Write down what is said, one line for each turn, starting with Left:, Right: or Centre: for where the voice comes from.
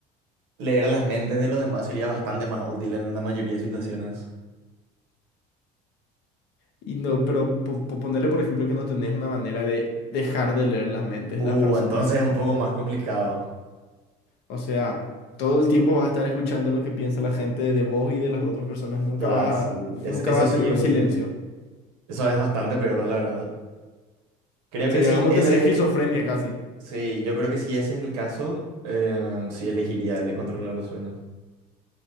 Right: leer las mentes de los demás sería bastante más útil en la mayoría de situaciones.
Left: Y no, pero po- po- ponerle, por ejemplo, que no tenés una manera de dejar de leer las mentes
Right: Uh,
Left: de las personas.
Right: entonces es un poco más complicado.
Left: O sea, todo el tiempo vas a estar escuchando lo que piensa la gente de vos y de las otras personas. Nunca
Right: Ya,
Left: vas
Right: sí.
Left: a,
Right: Es,
Left: nunca
Right: eso
Left: vas
Right: sí
Left: a tener
Right: es
Left: un
Right: un...
Left: silencio.
Right: Eso es bastante peor, la verdad. Creo
Left: Sería
Right: que si
Left: como
Right: ese,
Left: tener esquizofrenia casi.
Right: Sí, yo creo que si ese es el caso, eh, sí elegiría el de controlar los sueños.